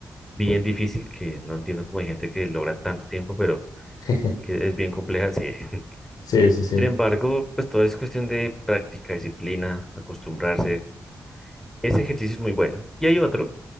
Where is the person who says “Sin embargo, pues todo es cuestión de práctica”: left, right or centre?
Centre